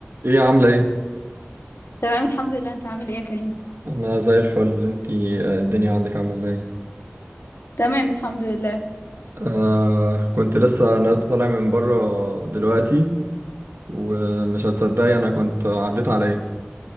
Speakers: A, on the right (about 75°); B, on the left (about 85°).
A: ايه عاملة ايه؟
B: تمام الحمد لله انت عامل ايه يا كريم
A: انا زي الفل انتي آه، الدنيا عندك عاملة ازاي؟
B: تمام الحمد لله
A: آه كنت لسه انا طالع من بره دلوقتي ومش هتصدقي انا كنت عديت على ايه؟